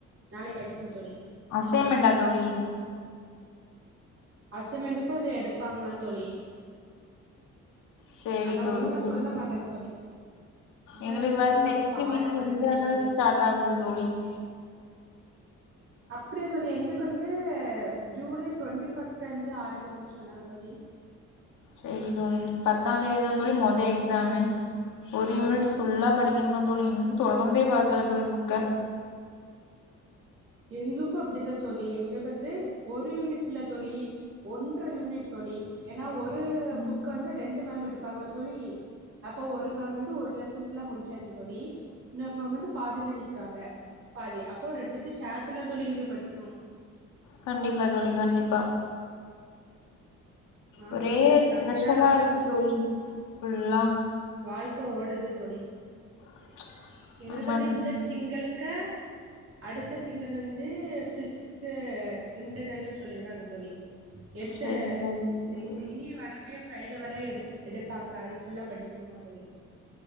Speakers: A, on the right; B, on the left.
A: நாளைக்கு வைக்கணு தோழி
B: அசைமெண்டா தோழி
A: அசமெண்டுக்கு இது எடுப்பாங்ளா தோழி
B: சேரி
A: ஆனா
B: தோழி
A: ஒழுங்கா
B: சேரி
A: சொல்ல
B: தோழி
A: மாட்டாங்க இதா
B: எங்ளுக்கு
A: சொல்லி
B: வர்ற
A: எங்கள போட்டு
B: நெக்ஸ்ட்
A: பாடா
B: வீக்
A: படுத்துறாங்க
B: இன்டர்னல்
A: தோழி
B: ஸ்டார்ட் ஆகுது தோழி <unintelligible>
A: அப்டியா தோழி எங்ளுக்கு வந்து ஜூலை டுவென்ட்டி ஃபர்ஸ்ட்லருந்து ஆரம்பிக்குது சொன்னாங்க தோழி
B: சேரி தோழி நீங் பத்தாத்தேதி தா தோழி மொத எக்ஸாமு ஒரு யூனிட் ஃபுல்லா படிக்கணுமா தோழி இன்னு தொறந்தே பாக்கல தோழி புக்க
A: எங்ளுக்கு அப்டித்தா தோழி எங்ளுக்கு வந்து ஒரு யூனிட் இல்ல தோழி ஒன்ற யூனிட் தோழி ஏன்னா ஒரு
B: ம்
A: புக்க வந்து ரெண்டு மேம் எடுப்பாங்ளா தோழி அப்போ ஒரு மேம் வந்து ஒரு லெசன் ஃபுல்லா முடிச்சாச்சு தோழி இன்னொரு மேம் வந்து பாதில நிக்காங்க பாதி அப்போ ரெண்டுத்தையு சேத்துல தோழி எங்ளுக் படிக்கணு
B: கண்டிப்பா தோழி கண்டிப்பா
A: ஆமா
B: ஒரே
A: தோழி எங்களுக்கு
B: பிரஷரா
A: அப்டிதா
B: இருக்கு தோழி ஃபுல்லா
A: வாழ்க்க ஓடுது தோழி
B: <inaudible>
A: எங்ளுக்கு வந்து
B: தோழி
A: இந்த திங்களுக்க அடுத்த திங்கள் வந் து பிசிக்ஸ் இன்டர்னெல்னு சொல்லிருக்காங்க தோழி எடுத்து
B: சரி தோழி சரி
A: இனி
B: தோழி
A: இனி வரக்கூடிய ஃப்ரைடே வர எடுப் எடுப்பாங்ளா அது ஃபுல்லா படிக்கணுமா தோழி